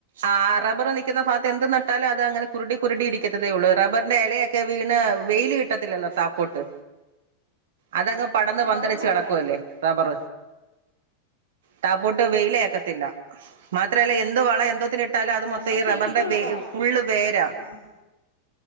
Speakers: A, on the right; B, on the left.
A: ആഹ് റബ്ബർ നൽക്കുന്ന ഭാഗത്ത് എന്ത് ട്ടാലൽ അത് അങ്ങനെ കുരുടി കുറിടി ഇരിക്കത്തേ ഉള്ള റബ്ബറിന്റെ ഇലയൊക്കെ വീണ് വെയിൽ കിട്ടത്തില്ലോ താക്കോട്ട് അതങ്ങ് പടന്ന്
B: ആ
A: പന്തലച്ച്
B: അതുകൊണ്ടാണല്ലേ
A: കിടക്കുവല്ലേ റബർ ടാപ്പട്ട് വെയിലേക്കത്തില്ല മാത്രല്ല എന്ത് വളം
B: ആ
A: എ ഇട്ടാല
B: ആ ആ
A: അത്
B: ആ
A: മൊത്തം
B: ഞാൻ
A: ഈ
B: കേട്ടിട്ടുള്ളതാ
A: റബ്ബറിന്റെ ഫുള് വേരാ
B: ആ